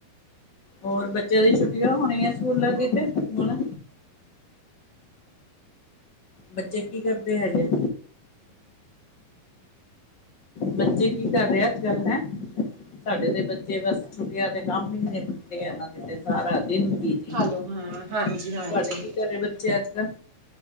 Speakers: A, on the left; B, on the right.
A: ਹੋਰ ਬੱਚਿਆਂ ਦੀਆਂ ਛੁੱਟੀਆਂ ਹੋ ਰਿਆਂ ਹੈ। ਸਕੂਲਾਂ ਵਿੱਚ ਹੁਣ ਬੱਚੇ ਕੀ ਕਰਦੇ ਹੈਗੇੇ? ਬੱਚੇ ਕੀ ਕਰ ਰਹੇ ਅੱਜ-ਕੱਲ੍ਹ ਹੈਂ। ਸਾਡੇ ਤੇ ਬੱਚੇ ਬਸ ਛੁੱਟੀਆਂ ਦੇ ਕੰਮ ਹੀ ਇੰਨੇ ਦਿੱਤੇ ਇਹਨਾਂ ਦੇ ਤੇ ਸਾਰਾ ਦਿਨ ਬੀਜੀ
B: ਹੈਲੋ ਹਾਂ ਹਾਂਜੀ
A: ਤੁਹਾਡੇ
B: ਹਾਂਜੀ
A: ਕੀ ਘੱਰੇ ਬੱਚੇ ਅੱਜ-ਕੱਲ੍ਹ।